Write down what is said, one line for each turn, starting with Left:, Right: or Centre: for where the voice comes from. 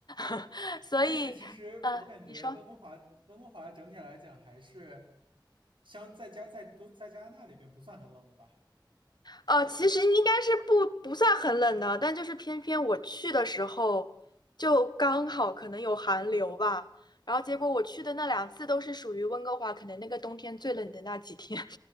Left: <laughs> 所以，
Right: 但是其实我感觉温哥华，
Left: 呃，你说。
Right: 温哥华整体来讲还是相在加在多在加拿大里边不算很冷的吧？
Left: 呃，其实应该是不不算很冷的，但就是偏偏我去的时候就刚好可能有寒流吧，然后结果我去的那两次都是属于温哥华，可能那个冬天最冷的那几天，